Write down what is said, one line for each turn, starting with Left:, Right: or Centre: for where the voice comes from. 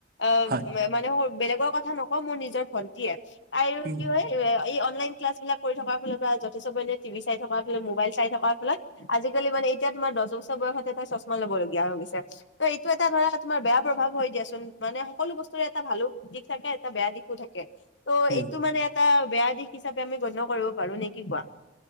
Left: অ'
Right: হয়
Left: মানে সৰু বেলেগৰ কথা নকওঁ মোৰ নিজৰ ভন্টিয়ে আৰু
Right: উম
Left: কি হয় এ অনলাইন ক্লাছবিলাক কৰি থকাৰ ফলত বা যথেষ্ট পৰিমানে টিভি চাই থকাৰ ফ মোবাইল চাই থকাৰ ফলত আজিকালি মানে এতিয়া তোমাৰ দহ বছৰ বয়সতে তাই চশমা ল'ব লগগীয়া হৈ গৈছে, ত' এইটো এটা ধৰা তোমাৰ বেয়া প্ৰভাৱ হৈ দিয়াচোন মা মানে সকলো বস্তুৰে এটা ভালো দিশ থাকে এটা বেয়া দিশো থাকে ত'
Right: উম
Left: <unintelligible> বেয়া দিশ হিচাপে আমি গণ্য কৰিব পাৰো, নে কি কোৱা?